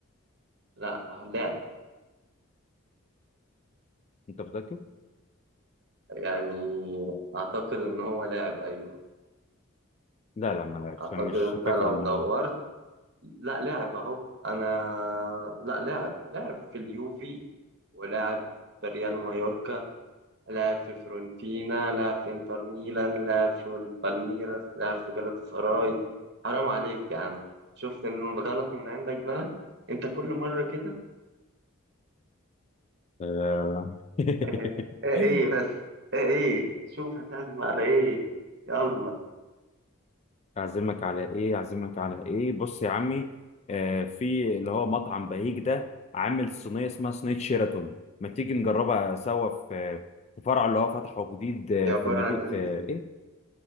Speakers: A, on the right; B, on the left.
A: لا لعب
B: انت متأكد؟
A: يعني اعتقد ان هو لاعب ايوه
B: لا لا ما لعبش
A: اعتقد
B: أنا مش
A: انت
B: فاكر
A: لو
B: ان
A: دورت
B: هو
A: لا لاعب اهو انا لا لاعب لاعب في اليوفي ولاعب في ريال مايوركا لعب في فرونتينا لعب في انتر ميلان لعب في البالميراس لعب في جالاتا سراي حرام عليك يا عم شفت ان الغلط من عندك بقى انت كل مرة كده
B: آه. <laughs>
A: <laughs> ايه ايه بس ايه ايه شوف هتعزم على ايه يلا
B: اعزمك على ايه اعزمك على ايه بص يا عمي آه في اللي هو مطعم بهيج ده عامل صينيه اسمها صينيه شيراتون ما تيجي نجربها سوا في في فرع اللي هو فتحه جديد آه،
A: دي عبارة
B: في مدينه
A: عن ايه
B: في
A: دي
B: ايه